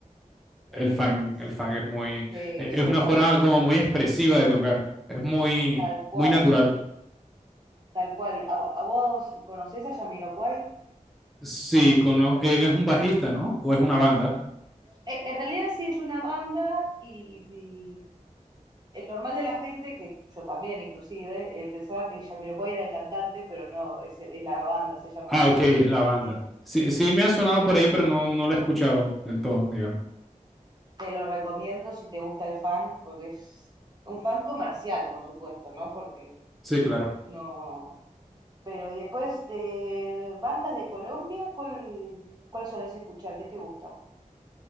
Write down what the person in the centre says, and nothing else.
El
fan, el fan es muy,
e-
es una forma
como muy expresiva de tocar, es muy,
muy natural.
Sí, cono- eh, es un bajista, ¿no? ¿O es una banda?
Ah,
ok, es la banda.
Sí, sí me ha sonado
por ahí, pero no, no lo he escuchado del todo, digamos.
Sí, claro.